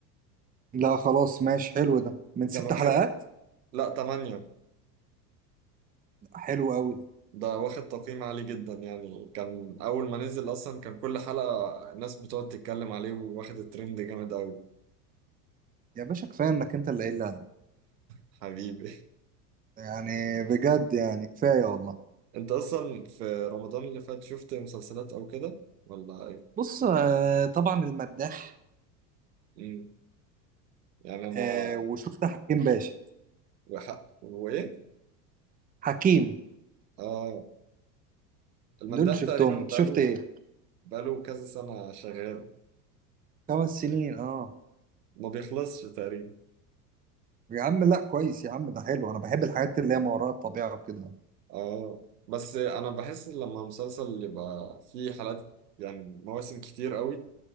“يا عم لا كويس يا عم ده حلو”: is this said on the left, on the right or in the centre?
Right